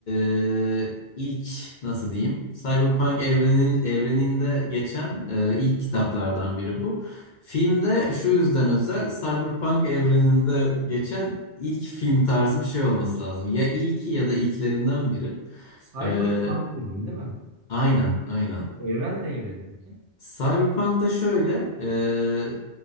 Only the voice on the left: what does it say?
e, ilk nasıl diyeyim? Cyberpunk evrenin evreninde geçen e, ilk kitaplardan biri bu. Filmde şu yüzden özel, Cyberpunk evreninde geçen ilk film tarzı bir şey olması lazım. Ya ilki ya da ilklerinden biri.
Ee,
aynen, aynen.
Cyberpunk'ta şöyle, e,